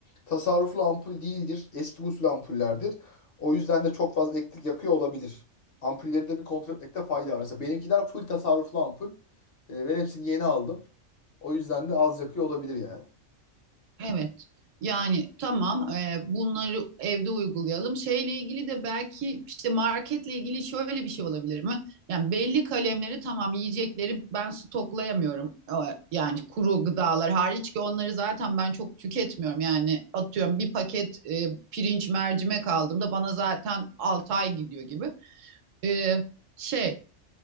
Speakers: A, on the left (about 55°); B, on the right (about 75°).
A: tasarruflu ampul değildir. Eski usul ampullerdir. O yüzden de çok fazla elektrik yakıyor olabilir. Ampulleri de bir kontrol etmekte fayda var. Mesela benimkiler full tasarruflu ampul. E, ben hepsini yeni aldım. O yüzden de az yakıyor olabilir yani.
B: Evet. Yani tamam e, bunları evde uygulayalım. Şeyle ilgili de belki işte marketle ilgili şöyle bir şey olabilir mi? Yani belli kalemleri tamam yiyecekleri ben stoklayamıyorum. E, Yani kuru gıdalar hariç ki onları zaten ben çok tüketmiyorum. Yani atıyorum bir paket e, pirinç mercimek aldığımda bana zaten 6 ay gidiyor gibi. E, şey